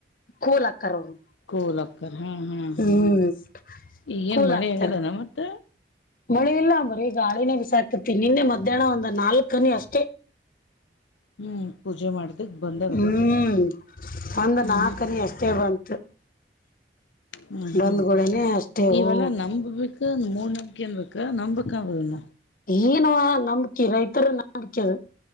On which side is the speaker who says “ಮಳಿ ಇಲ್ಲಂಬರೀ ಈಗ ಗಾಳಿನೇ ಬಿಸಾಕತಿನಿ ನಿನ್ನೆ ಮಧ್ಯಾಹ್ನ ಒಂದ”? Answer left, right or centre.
Left